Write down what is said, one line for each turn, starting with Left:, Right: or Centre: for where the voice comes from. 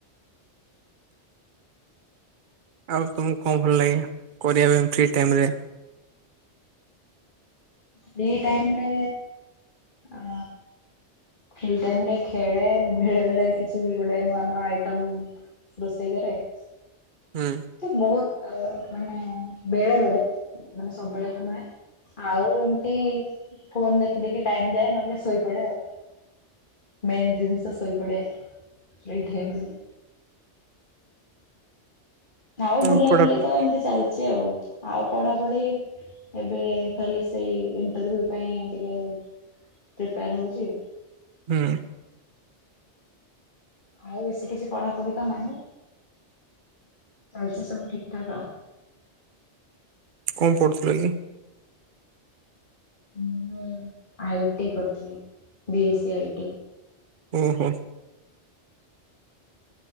Right: ଆଉ ତମକୁ କଣ ଭଲ ଲାଗେ କରିବା ପାଇଁ ଫ୍ରି ଟାଇମ ରେ?
Left: ଫ୍ରି ଟାଇମିରେ ଆ ଫ୍ରି ଟାଇମରେ ଖେଳେ, ବେଳେବେଳେ କିଛି ଗୋଟେ ନୂଆ ନୂଆ ଆଇଟମ୍ ରୋଷେଇ କରେ ଆଉ।
Right: ହୁଁ।
Left: ଏମତି ବହୁତ ଅ ମାନେ ବେଳେବେଳେ ମାନେ ସବୁବେଳେ ତ ନୁହେଁ। ଆଉ ଏମତି ଫୋନ ଦେଖି ଦେଖି ଟାଇମ ଯାଏ, ନହେଲେ ଶୋଇପଡେ ଆଉ। ମେନ୍ ଜିନିଷ ଶୋଇପଡ଼ିଆ ଫ୍ରି ଟାଇମରେ। ଆଉ
Right: ହୁଁ
Left: ବୁଲାବୁଲି
Right: ପଢାପଢି
Left: ତ ଏମତି ଚାଲିଛି ଆଉ। ଆଉ ପଢାପଢି, ଏବେ ଖାଲି ସେଇ ଇଣ୍ଟରଭି୍ୟୁ ପାଇଁ ଟିକେ ପ୍ରିପେୟାର ହଉଛି
Right: ହୁଁ।
Left: ଆଉ ବେଶୀ କିଛି ପଢାପଢି ତ ନାହିଁ ଚାଲଛି ସବୁ ଠିକ ଠାକ ଆଉ।
Right: କଣ ପଢ଼ୁଥିଲ କି?
Left: ମୁଁ ଆଇ ଟି କରିଥିଲି, ବି ଏସି ଆଇ ଟି।
Right: ଓ ହ।